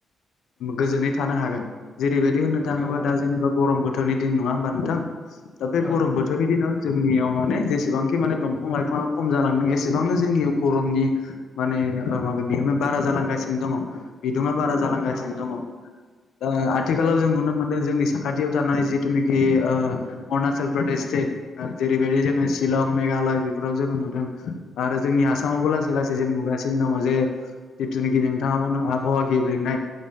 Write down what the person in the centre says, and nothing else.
औ
औ
नंगौ
औ
औ
औ
औ